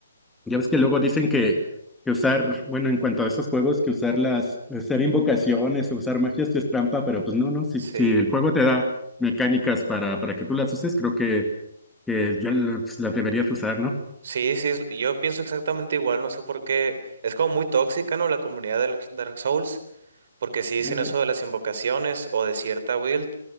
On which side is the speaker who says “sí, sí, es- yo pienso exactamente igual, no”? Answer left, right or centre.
Right